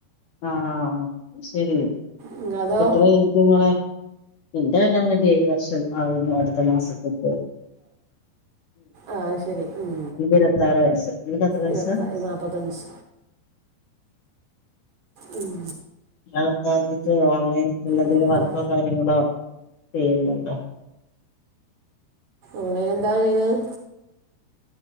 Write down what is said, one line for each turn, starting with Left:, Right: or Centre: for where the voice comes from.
Left: ആഹ് ശരി
Right: നിങ്ങളതോ
Left: എത്ര ഇതുങ്ങളെ എന്റെ അനവധിയായി വർഷം ആകുന്നു അടുത്ത മാസത്ത്ക്ക
Right: ആഹ് ശരി ഉം
Left: ഇരുപത്താറ് വയസ്സ് നിനക്ക് എത്ര വയസ്സാ
Right: ഇരുപത്ത നാല്പത്തഞ്ച് ഉം
Left: ഇന്നലെ പറഞ്ഞിട്ട് ഓൺലൈൻള്ള എന്തെങ്കിലും
Right: അപ്പം അപ്പം
Left: വർക്കോ കാര്യങ്ങളോ ചെയ്യ്ന്നെന്താ
Right: ഓൺലൈനെന്താ ചെയ്യുന്നത്